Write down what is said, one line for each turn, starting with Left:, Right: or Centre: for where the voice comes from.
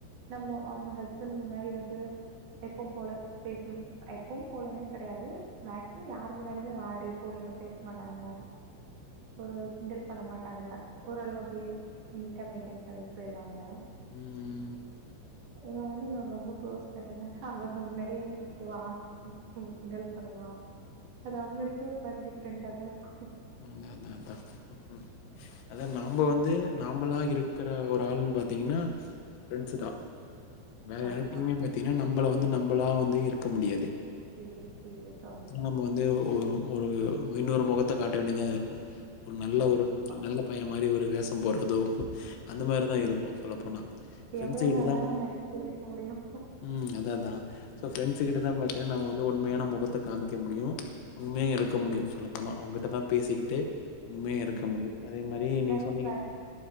Right: நம்ம அவங்க ஹஸ்பண்ட் முன்னாடி வந்து எப்போ போல பேசுங்க எப்பவும் போலனே கெடையாது மேக்சிமம் யார் முன்னாடியுமே வாடி போடின்னுலா பேச மாட்டாங்க ஒரு கிண்டல் பண்ண மாட்டாங்க ஓரளவுக்கு நீட்டா மெயின்டெய்ன் பண்ணிட்டு போயிருவாங்க
Left: ம்
Right: இவே வந்து என்னொட ரொம்ப க்ளோஸ் ஃப்ரெண்ட்டுனால அவங்க முன்னாடியே என்ன திட்டுவா ம் ம் கிண்டல் பண்ணுவா அது அவுங்களுக்கே ஒரு மாரி டிஃப்ரெண்டா தா இருக்கு
Left: ம் அதா அதா ம் ம் அது அதா நாம்ப வந்து நாம்பலா இருக்குற ஒரு ஆள்ன்னு பாத்தீங்கன்னா ஃப்ரெண்ட்ஸுதா வேற
Right: ஆமா.
Left: யார்டையுமே பாத்தீங்கன்னா நம்பள வந்து நம்பளா வந்து இருக்க முடியாது
Right: இது சீரியஸா
Left: நம்ம வந்து ஒ ஒ ஒரு இன்னொரு மொகத்த காட்ட வேண்டியதா இருக்கோ ஒரு
Right: உண்மதான்.
Left: நல்ல ஒரு நல்ல பையன் மாரி ஒரு வேஷோ போடறதோ அந்த மாரிதா இருப்போ சொல்லப்போனா ஃப்ரண்ட்ஸு
Right: எவ்ளோ
Left: கிட்டலா
Right: நாள் தான் நெனச்சிட்டே இருக்க முடியும்
Left: ம் அதா அதா சோ ஃப்ரெண்ட்ஸு கிட்டதா பாத்தீன்னா நாம்ம வந்து உண்மையான மொகத்த காமிக்க முடியும் உண்மையா இருக்க முடியும் சொல்ல போனா அவங்கிட்ட தா பேசிக்கிட்டு உண்மையா இருக்க
Right: ம்
Left: முடியும் அதே மாரி நீங்க
Right: நெனச்சு
Left: சொன்னீங்க